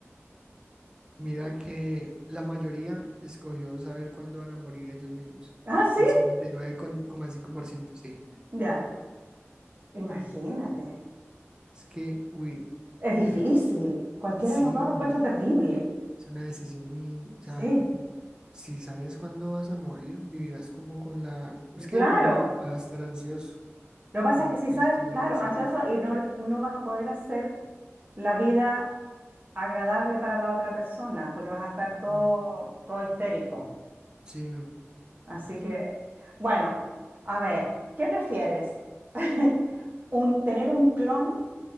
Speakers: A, on the right; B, on the right.
A: Mira que la mayoría escogió saber cuándo van a morir ellos mismos.
B: Ah, sí,
A: El cincuenta y nueve coma cinco por ciento. sí.
B: ya. Imagínate.
A: Es que, uy,
B: Es difícil. Cualquiera
A: sí,
B: de los dos lo encuentro terrible.
A: es una decisión muy, o
B: Sí,
A: sea, si sabes cuándo vas a morir, vivirás como con la, es que
B: claro.
A: con ambos vas a estar ansioso,
B: Lo que pasa
A: con
B: es que si
A: vas
B: sabes,
A: a tener
B: claro,
A: ansiedad.
B: ansioso y no, no vas a poder hacer la vida agradable para la otra persona porque vas a estar todo,
A: Mm,
B: todo histérico.
A: sí, <laughs>
B: Así que,
A: Hmm.
B: bueno, a ver, ¿qué prefieres? <laughs> un- tener un clon